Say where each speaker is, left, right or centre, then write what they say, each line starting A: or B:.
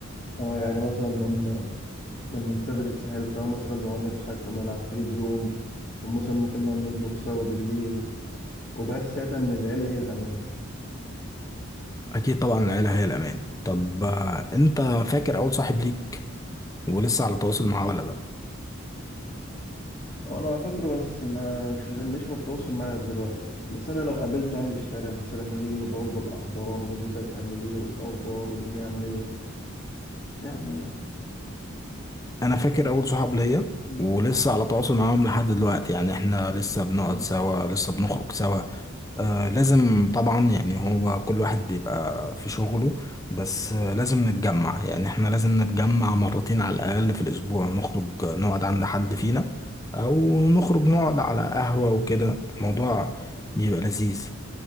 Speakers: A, on the left (about 35°); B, on the left (about 15°).
A: اه يعني مثلا لما لما نسافر الساحل سوا مثلا بنقعد نضحك ونلعب طول اليوم ومثلا ممكن نقعد نطبخ سوا بالليل وبحس ساعتها ان العيله هي الامان
B: اكيد طبعا العيله هي الامان طب آه، انت فاكر اول صاحب ليك ولسه على تواصل معاه ولا لا
A: اه انا فاكره بس ما مش مش بالتواصل معاه دلوقتي بس انا لو قابلته يعني في الشارع بس لما ليه بقعد بالاحضان وبقول له ازيك عامل ايه والاخبار والدنيا عامله ايه يعني
B: انا فاكر اول صحاب ليا
A: مم.
B: ولسه على تواصل معاهم لحد دلوقتي يعني احنا لسه بنقعد
A: مم.
B: سوا لسه بنخرج سوا آه لازم طبعا يعني هو كل واحد بيبقى في شغله بس آه لازم نتجمع يعني احنا لازم نتجمع مرتين على الأقل في الأسبوع نخرج نقعد عند حد فينا أو نخرج نقعد على قهوة وكده الموضوع بيبقى لذيذ